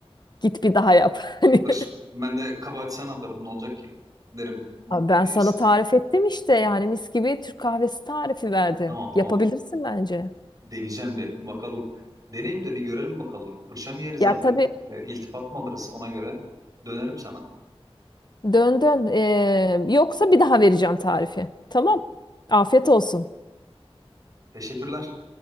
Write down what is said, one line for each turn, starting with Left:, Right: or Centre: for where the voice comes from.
Left: Git bir daha yap. <laughs> Hani
Right: Hırs, ben de kabahati sana atarım. Ne olacak ki? Derim.
Left: abi ben
Right: e,
Left: sana
Right: s-
Left: tarif ettim işte yani mis gibi Türk kahvesi tarifi verdim.
Right: Tamam tamam.
Left: Yapabilirsin bence.
Right: Deneyeceğim bir bakalım. Deneyim de bir görelim bakalım. Fırça mı yeriz
Left: Ya
Right: artık?
Left: tabii
Right: E, iltifat mı alırız ona göre? Dönerim sana.
Left: dön dön. Ee, yoksa bir daha vereceğim tarifi. Tamam. Afiyet olsun.
Right: Teşekkürler.